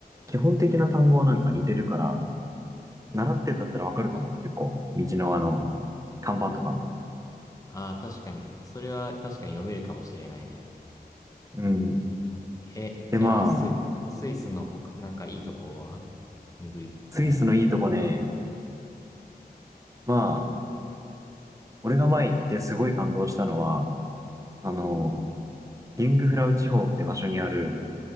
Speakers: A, on the right; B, on the left.
A: 基本的な単語はなんか似てるから、習ってんだったらわかるかも、結構。道のあの、看板とか。
B: ああ、確かに。それは確かに読めるかもしれないね。
A: うん。
B: え、
A: で、
B: じゃあ、
A: ま
B: ス、スイスの他、なんかいいとこは巡り、
A: あ、スイスのいいとこね、
B: 巡るところとか。
A: まあ、俺が前行ってすごい感動したのは、あの、ユングフラウ地方って場所にある、